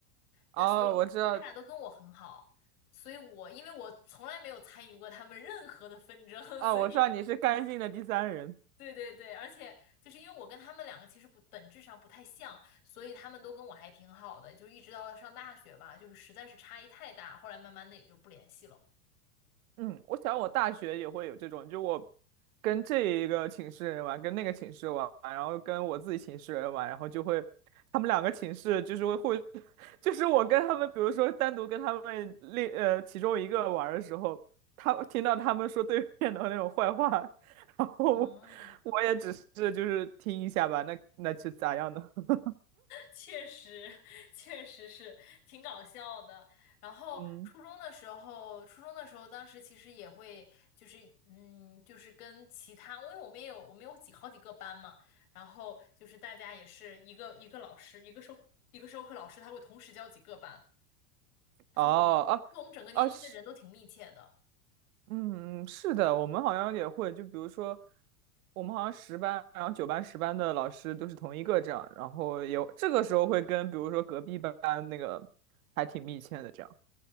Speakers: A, on the left; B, on the right.
A: 但所以他俩都跟我很好，
B: 哦，我知道，
A: 所以我因为我从来没有参与过他们任何的纷争，
B: 哦，
A: <laughs> 所以
B: 我知道你是干净的第三人。
A: 对对对，而且就是因为我跟他们两个其实不本质上不太像，所以他们都跟我还挺好的，就是一直到上大学吧，就是实在是差异太大，后来慢慢的也就不联系了。
B: 嗯，我想我大学也会有这种，就我跟这一个寝室人玩，跟那个寝室玩，然后跟我自己寝室人玩，然后就会他们两个寝室就是会会，<laughs> 就是我跟他们，比如说单独跟他们另呃其中一个玩的时候，他听到他们说对面的那种坏话，<laughs> 然后
A: 嗯，
B: 我也只是就是听一下吧，那那就咋样呢？<laughs>
A: 确实，确实是挺搞笑的。然后初中的时候，
B: 嗯，
A: 初中的时候，当时其实也会，就是嗯，就是跟其他，因为我们也有，我们有几好几个班嘛，然后就是大家也是一个一个老师，一个授一个授课老师，他会同时教几个班，
B: 哦哦哦，
A: 所以我们，所以我们整个年级的人都挺密切的。
B: 啊啊是嗯，是的，我们好像也会，就比如说，我们好像十班，然后九班、十班的老师都是同一个这样，然后也这个时候会跟，比如说隔壁班那个还挺密切的这样。